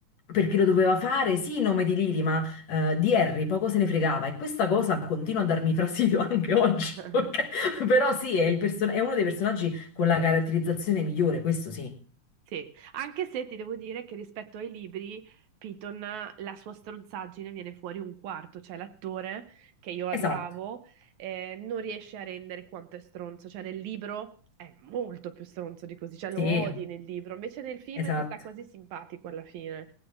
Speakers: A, on the left; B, on the right.
A: Perché lo doveva fare, sì, in nome di Lily, ma eh, di Harry poco se ne fregava e questa cosa continua a darmi fastidio anche oggi,
B: <laughs>
A: <laughs> ok? Però sì, è il person- è uno dei personaggi con la caratterizzazione migliore, questo sì.
B: Sì, anche se ti devo dire che rispetto ai libri, Piton, la sua strozzaggine viene fuori un quarto, cioè l'attore che io adoravo
A: Esatto,
B: eh, non riesce a rendere quanto è stronzo, cioè nel libro è molto più stronzo di così, cioè lo
A: sì.
B: odi nel libro, invece nel film
A: Esatto.
B: ti sta quasi simpatico alla fine.